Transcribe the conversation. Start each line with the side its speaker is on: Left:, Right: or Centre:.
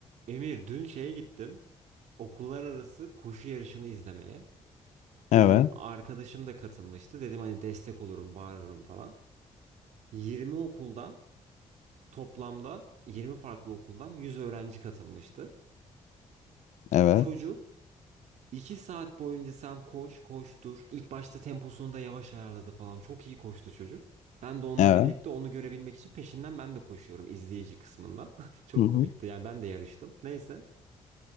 Right: Emir dün şeye gittim. Okullar arası koşu yarışını izlemeye.
Left: Evet.
Right: Benim arkadaşım da katılmıştı. Dedim hani destek olurum, bağırırım falan. 20 okuldan toplamda 20 farklı okuldan 100 öğrenci katılmıştı.
Left: Evet.
Right: Çocuk 2 saat boyunca sen koş, koştur. İlk başta temposunu da yavaş ayarladı falan. Çok iyi koştu çocuk. Ben de onunla
Left: Evet.
Right: birlikte onu görebilmek için peşinden ben de koşuyorum izleyici kısmından. <laughs> Çok
Left: Hı hı.
Right: komikti. Yani ben de yarıştım. Neyse.